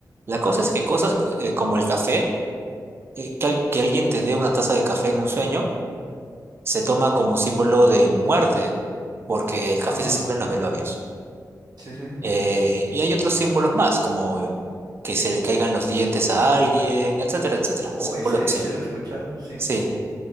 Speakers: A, on the right; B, on the right.
A: La cosa
B: claro.
A: es que cosas eh, como el café, eh, que, al- que alguien te dé una taza de café en un sueño, se toma como símbolo de muerte, porque el café
B: Ajá,
A: se sirve en los velorios.
B: sí, sí.
A: Eh, y hay otros símbolos más, como eh, que se le caigan los dientes a alguien, etcétera, etcétera.
B: Oh,
A: Símbolos
B: ese,
A: así.
B: ese lo he escuchado, sí.
A: Sí.